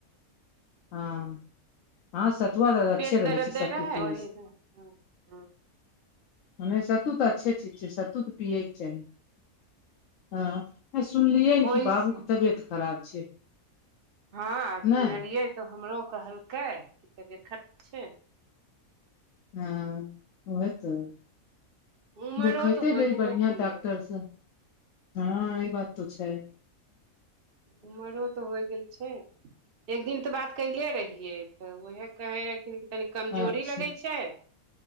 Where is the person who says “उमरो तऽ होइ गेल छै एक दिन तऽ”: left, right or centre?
Right